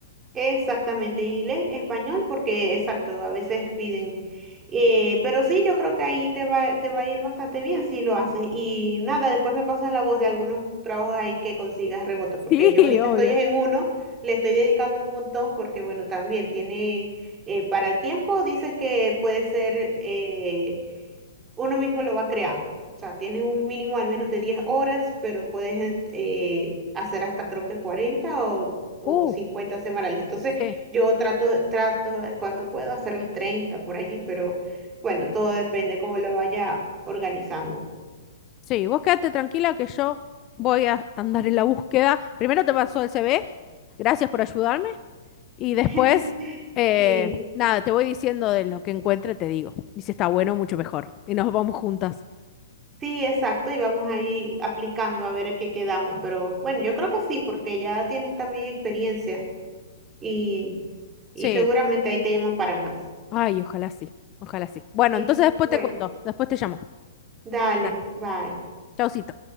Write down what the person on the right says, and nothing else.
Exactamente, inglés, español, porque exacto, a veces piden. eh, pero sí, yo creo que ahí te va, te va a ir bastante bien si lo haces. Y nada, después me pasas la voz de algunos trabajos ahí que consigas remotos,
porque yo ahorita
estoy
en uno, le estoy dedicando un montón, porque bueno, también tiene, eh, para el tiempo, dice que puede ser eh, uno mismo lo va creando. O sea, tienes un mínimo al menos de 10 horas, pero puedes eh, eh, hacer hasta creo que 40 o, o
50 semanales. Entonces,
yo trato, trato eh, cuando puedo hacer las 30 por allí, pero bueno, todo depende cómo lo vaya organizando.
<laughs>
Sí,
sí, exacto, y vamos ahí aplicando a ver a qué quedamos, pero bueno, yo creo que sí, porque ya tienes también experiencia y, y
seguramente ahí te llaman para más.
Sí,
bueno.
Dale,
bye.